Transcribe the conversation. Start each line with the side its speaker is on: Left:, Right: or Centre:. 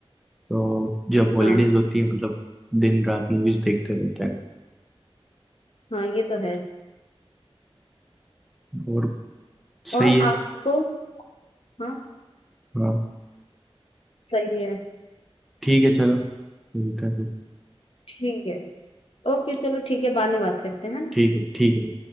Centre: तो जब हॉलीडेज
Left: हाँ
Centre: होती है मतलब दिन रात मूवीज देखते रहते हैं
Left: हाँ ये तो है
Centre: और
Left: और
Centre: सही है
Left: आपको हाँ
Centre: हाँ
Left: सही है
Centre: ठीक है चलो मिलते हैं फिर
Left: ठीक है ओके चलो ठीक है बाद में बात करते हैं है ना
Centre: ठीक है ठीक है